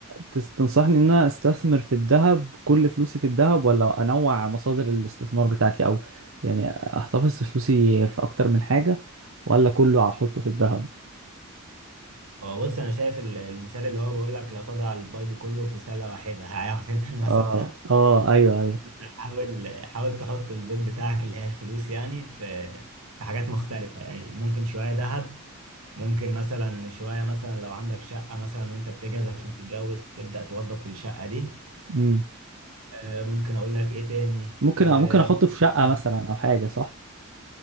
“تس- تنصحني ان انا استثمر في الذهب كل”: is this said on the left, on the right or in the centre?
Right